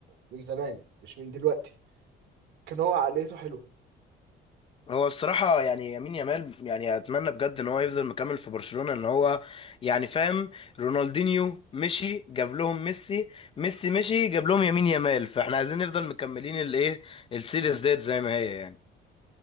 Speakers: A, on the right (about 65°); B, on the left (about 30°).
A: من زمان مش من دلوقتي كان هو عقليته حلوه
B: هو الصراحة يعني يمين يامال يعني أتمنى بجد إن هو يفضل مكمل في برشلونة إن هو يعني فاهم رونالدينيو مشي جاب لهم ميسي ميسي مشي جاب لهم يمين يامال فإحنا عايزين نفضل مكملين الإيه السيريز ديت زي ما هي يعني